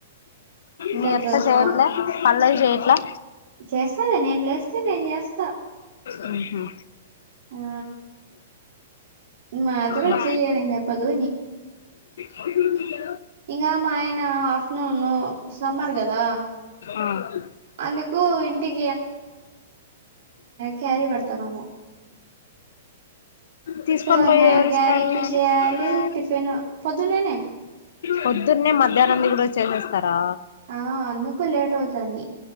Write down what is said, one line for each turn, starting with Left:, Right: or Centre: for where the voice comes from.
Left: మీ
Right: జతోస
Left: అత్త చేయట్లే పనులవి చెయ్ ఎలా
Right: చేస్తాలే నేను లేస్తే నేను చేస్తా
Left: అహుఉ హు హు
Right: ఆ మా అత్త కూడా
Left: మ
Right: చేయనని చెప్పదు
Left: హవికులం
Right: ఇంగ మా ఆయన ఆఫ్టర్నూను సమ్మర్ కదా
Left: ఆ
Right: అందుకు ఇంటిక్ క్యారీ పెడతాన్నాము
Left: తీసుకొని
Right: సో ఇంగ
Left: పోయి
Right: ఆయన
Left: ఎవరిస్తారు
Right: క్యారీకి
Left: క్యారీ
Right: చేయాలి టిఫిన్ పొద్దున్ననే
Left: పొద్దున్నే మధ్యాహ్నుది కూడా హు చేస్తారు
Right: ఆ అందుకు లేట్ అవుతుంది